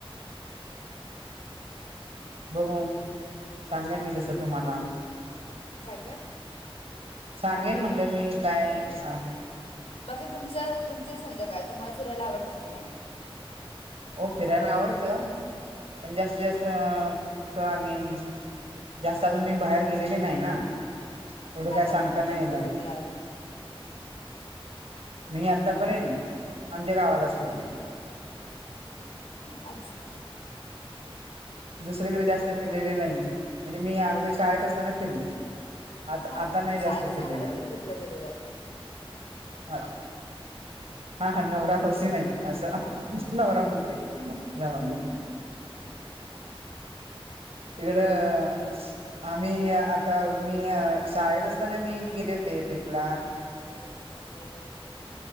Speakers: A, on the right (about 85°); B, on the left (about 90°).
A: बघू सांगेन मी तसं तुम्हांला.
B: काय काय
A: सांगेन म्हटलं मी काय आ
B: बाकी तुमचं तुमचे छंद काय, तुम्हांला फिरायला आवडतं की नाही?
A: हो फिरायला आवडतं पण जास्तीत जास्त कुठं आम्ही जास्त अजून मी बाहेर गेलेले नाही ना, एवढं
B: तुम्ही
A: काय
B: आतापर्यंत
A: सांगता
B: कुठे
A: नाही
B: कुठे
A: येणार.
B: फिरलात
A: मी आतापर्यंत आमच्या गावालाच
B: हां
A: फिरले.
B: अच्छा.
A: दुसरीकडे जास्त फिरलेले नाहीये म्हणजे मी अगोदर शाळेत असताना फिरले. आता
B: हां
A: आता नाही जास्त
B: शाळेत असताना
A: फिरलेली.
B: कुठे कुठे ट्रिपला गेलेलात
A: हां हां, नवरा हौशी नाही असं. नवरा म्हणतोय,, झालं. इकडं. आम्ही, आता मी शाळेत असताना मी गेले होते ट्रीपला.
B: <inaudible>